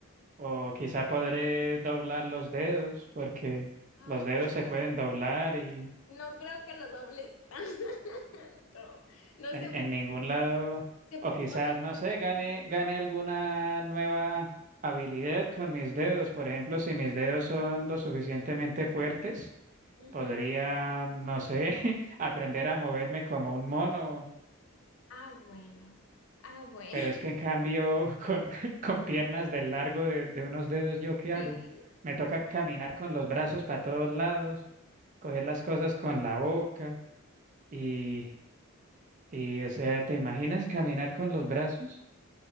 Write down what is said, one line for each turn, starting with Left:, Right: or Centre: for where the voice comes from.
Right: o quizá podré doblar los dedos porque
Left: Ay.
Right: los dedos
Left: <laughs>
Right: se pueden doblar y
Left: No creo que lo dobles <laughs> tanto. No
Right: en,
Left: se,
Right: en ningún lado,
Left: se-
Right: o quizás,
Left: no se
Right: no
Left: puede
Right: sé, gane,
Left: revelar.
Right: gane alguna nueva habilidad con mis dedos. Por ejemplo, si mis dedos son lo suficientemente fuertes,
Left: Ujú.
Right: podría, no sé, <laughs> aprender a moverme como un mono
Left: Ah, bueno. Ah, bueno.
Right: Pero es que
Left: <laughs>
Right: en cambio, con, <laughs> con piernas del largo de, de unos dedos, ¿yo qué
Left: Sí.
Right: hago? Me toca caminar con los brazos para todos lados, coger las cosas con la boca y, y, o sea, ¿te imaginas caminar con los brazos?